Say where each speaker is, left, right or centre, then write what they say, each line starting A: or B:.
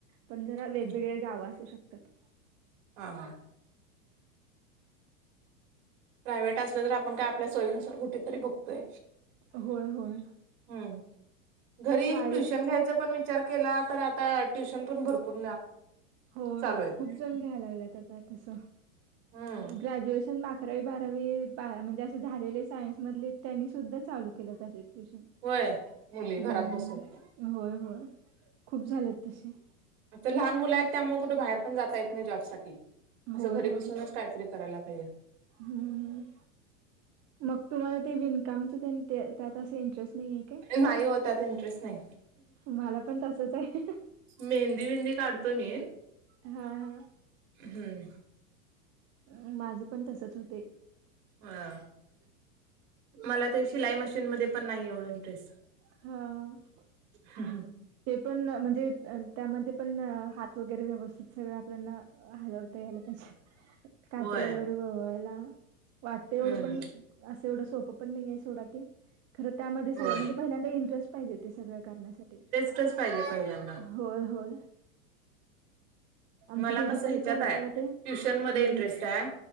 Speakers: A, on the right; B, on the right.
A: पण जरा वेगवेगळे
B: हम्म
A: गाव असू शकतात.
B: हा हा प्रायव्हेट असलं तर आपण काय आपल्या सोयीनुसार कुठेतरी बघतोय.
A: होय होय
B: हम्म घरी
A: प्रायव्हेटच
B: ट्युशन घ्यायच पण विच विचार केला तर आता ट्युशन पण भरपूर
A: होय
B: चालू आहेत
A: खूप जण घ्यायला लागल्यात आता तस
B: हम्म
A: ग्रॅज्युएशन बाकी अकरावी बारावी बा म्हणजे असे झालेले सायन्समधले त्यांनीसुद्धा चालू केलं तसेे. ूश
B: होय मुली
A: हम्म.
B: घरात बसून
A: होय होय खूप झालेत तसे.
B: तर लहान मुलं आहेत त्यामुळे कुठे बाहेर पण जाता येत नाही जॉब साठी असं
A: होय
B: घरी
A: होय
B: बसूनच काहीतरी करायला पाहिजे.
A: हम्म हम्म मग तुम्हाला ते विनकामच त्यात असं इंटरेस्ट नाही आहे.
B: नाही हो त्यात इंटरेस्ट नाही.
A: मला पण तसच आहे
B: मेहंदी बिंदी काढतो मी
A: हा हा
B: हम्
A: अ माझं पण तसच होते.
B: हा
A: ह
B: मला तर शिलाई मशीनमध्येध्ये पण नाही एवढं इंटरेस्ट
A: हां
B: हा हा
A: ते पण म्हणजे त्यामध्ये पण हात वगैरे व्यवस्थित सगळं आपल्याना हलवता यायला पाहिजे कात्रीे
B: होय
A: वगैरे वळवायला वाटत एवढं
B: हम्म
A: पण असं एवढं सोपं पण नाहीये सोडा ते खरं त्यामध्ये सगळं
B: होय
A: म्हणजे पहिल्यांदा इंटरेस्ट पाहिजे ते सगळं करण्यासाठी
B: च पाहिजे पहिल्यांदा
A: होय होय आमची
B: मला
A: दिदी
B: कस
A: पण
B: ह्याच्यात
A: करताय
B: आहे
A: ते
B: ट्युशन मध्ये
A: हम्म
B: इंटरेस्ट
A: हम्म
B: आहे